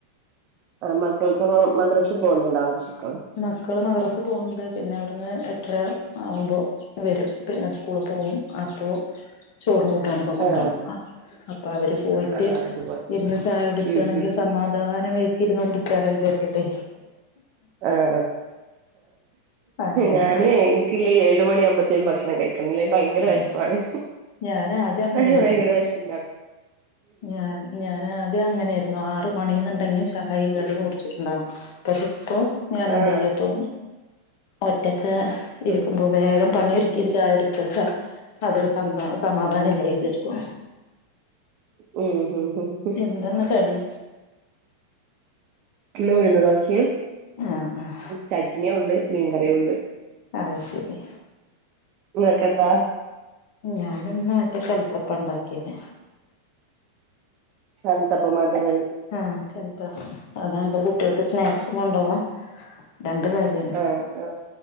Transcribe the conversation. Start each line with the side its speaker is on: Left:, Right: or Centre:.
Right: ആ മക്കൾക്ക് മദ്രസിൽ പോകുന്നുണ്ടോ ആ
Left: മക്കള് മദ്രസ്സ് പോവ്ണ്ട് പിന്നെ അവിടുന്ന് എട്ടര ആവുമ്പോ വരും പിന്നെ സ്കൂള് പോവും അപ്പോ ചോറും കൂട്ടാനൊക്കെ കൊണ്ടുപോണം.
Right: ആ
Left: അപ്പൊ അവര് പോയിട്ട്
Right: ആ അതുപോലത്തെ
Left: ഇരുന്ന് ചായ കുടിക്കാണെങ്കിൽ
Right: ഉം ഉം ഉം
Left: സമാധാനമായി ഇരുന്ന് കുടിക്കാലൊ വിചാരിച്ചിട്ടെ
Right: ആ
Left: അങ്ങനെ
Right: ഞാന് എനിക്കില്ലെ ഏഴ് മണി ആവുമ്പോത്തേനും ഭക്ഷണം കഴിക്കണം ഇല്ലേൽ ഭയങ്കര
Left: ആ
Right: വെഷ്പ്പാണ്
Left: ഞാൻ ആദ്യം അങ്ങനെയായിരുന്നു
Right: പക്ഷെ ഭയങ്കര വെഷപ്പിന്റെ ആളാ
Left: ഞാൻ ഞാനാദ്യം അങ്ങനെ ആയിരുന്നു ആറ് മണീന്ന്ണ്ടെങ്കി ചായയും കടിയും
Right: ഉം
Left: കുടിച്ചിട്ടുണ്ടാവും. പക്ഷെ ഇപ്പോ ഞാൻ
Right: ആ
Left: എന്താ ചെയ്യപ്പൊ ഒറ്റക്ക് ഇരിക്കുമ്പോ
Right: ഉം
Left: വേഗം പണി ഒരുക്കിട്ട് ചായ കുടിക്ക അതൊരു സന്ത സമാധാനല്ലെ എതെക്കും
Right: ഉ ഹ് ഹ്
Left: എന്തെന്ന് കടി
Right: ഇന്ന് ഉഴുന്ന് ദോശിം
Left: ആഹ് ആഹ്
Right: ചട്നിയും ഉണ്ട്, മീൻകറിയും ഉണ്ട്
Left: അത് ശരി
Right: ഇങ്ങക്കെന്താ
Left: ഞാനിന്ന് മറ്റേ കൽത്തപ്പ ഇണ്ടാക്കിയത്
Right: കൽത്തപ്പം മധരൽ
Left: ആഹ് കൽത്തപ്പം അതാ യാ കുട്ടിയാക്ക് സ്നാക്സും കൊണ്ടുപോവാ രണ്ട് കാ ര്യാണ്
Right: ആഹ് ആഹ്